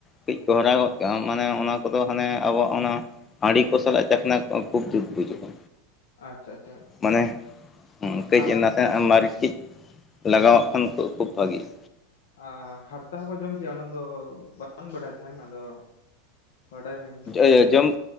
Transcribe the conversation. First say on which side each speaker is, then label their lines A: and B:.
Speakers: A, on the left; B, on the left.
A: ᱠᱤᱹᱡ ᱠᱚᱦᱚᱨᱟ ᱜᱚᱫ ᱠᱟᱜᱼᱟᱢ ᱢᱟᱱᱮ ᱚᱱᱟ ᱠᱚᱫᱚ ᱦᱟᱱᱮ ᱟᱵᱚ ᱚᱱᱟ ᱦᱟᱺᱲᱤ ᱠᱚ ᱥᱟᱞᱟᱜ ᱪᱟᱠᱷᱱᱟ ᱠᱷᱩᱵ ᱡᱩᱛ ᱵᱩᱡᱩᱜᱼᱟ᱾
B: ᱟᱪᱪᱷᱟ ᱟᱪᱪᱷᱟ
A: ᱢᱟᱱᱮ ᱠᱟᱹᱡ
B: ᱟᱨ
A: ᱱᱟᱥᱮᱱᱟᱜ ᱢᱟᱨᱮ ᱠᱟᱹᱡ ᱞᱟᱜᱟᱣᱟᱜ ᱠᱷᱟᱱ ᱠᱚ ᱠᱷᱩᱵ ᱵᱷᱟᱜᱤᱜᱼᱟ᱾
B: ᱟ‌ ᱦᱟᱨᱛᱟ ᱦᱚᱸᱠᱚ ᱡᱚᱢ ᱜᱮᱭᱟ ᱚᱱᱟ ᱫᱚ ᱵᱟᱹᱧ ᱵᱟᱲᱟᱭ ᱛᱟᱸᱦᱮᱱ, ᱟᱫᱚ ᱵᱟᱰᱟᱭ ᱦᱩᱭᱱᱟ
A: ᱤᱭᱟᱹ ᱡᱚᱢ